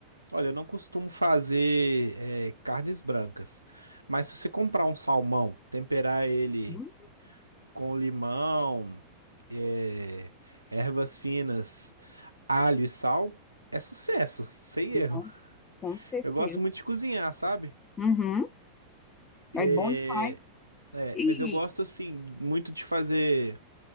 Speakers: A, on the right; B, on the left.
A: Olha, eu não costumo fazer eh, carnes brancas, mas se você comprar um salmão, temperar ele
B: Hum,
A: com limão, eh, ervas finas, alho e sal, é sucesso, sem
B: não,
A: erro.
B: com certeza.
A: Eu gosto muito de cozinhar, sabe?
B: Uhum,
A: Eh,
B: é bom demais.
A: é,
B: E,
A: mas eu gosto assim muito de fazer.